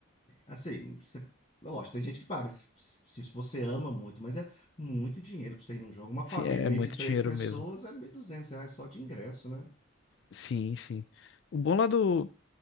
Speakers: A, on the left; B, on the left.
A: Assim, você, lógico, tem gente que paga se, se você ama muito, mas é muito dinheiro pra você ir num jogo. Uma família
B: Sim, é, é
A: aí
B: muito
A: de três
B: dinheiro
A: pessoas
B: mesmo.
A: é 1.200 reais só de ingresso, né?
B: Sim, sim. O bom lá do,